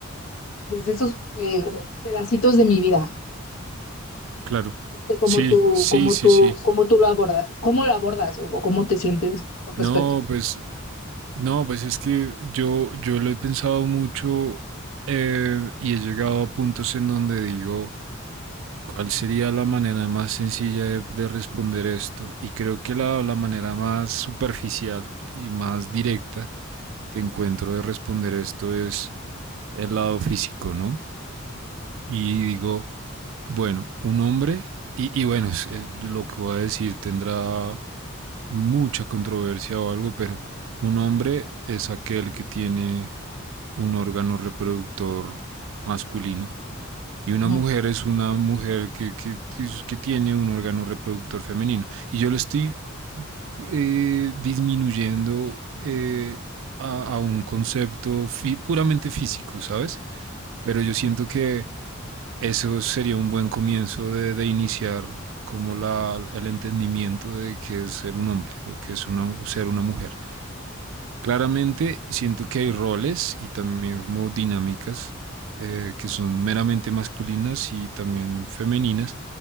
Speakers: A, on the left; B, on the right.
A: desde esos eh, pedacitos de mi vida.
B: claro.
A: No sé cómo
B: Sí,
A: tú,
B: sí,
A: cómo
B: sí,
A: tú,
B: sí.
A: cómo tú lo abordas, cómo lo abordas o, o cómo te sientes con respecto.
B: No, pues, no, pues es que yo, yo lo he pensado mucho eh, y he llegado a puntos en donde digo, ¿Cuál sería la manera más sencilla de, de responder esto? Y creo que la, la manera más superficial y más directa que encuentro de responder esto es el lado físico, ¿no? Y digo, bueno, un hombre, y, y bueno, es- es lo que voy a decir tendrá mucha controversia o algo, pero un hombre es aquel que tiene un órgano reproductor masculino. Y una
A: Ujú.
B: mujer es una mujer que, que, que es- que tiene un órgano reproductor femenino. Y yo lo estoy eh, disminuyendo eh, a, a un concepto fi- puramente físico, ¿sabes? Pero yo siento que eso sería un buen comienzo de, de iniciar como la, el entendimiento de qué es ser un hombre o qué es una, ser una mujer. Claramente siento que hay roles y también como dinámicas eh, que son meramente masculinas y también femeninas,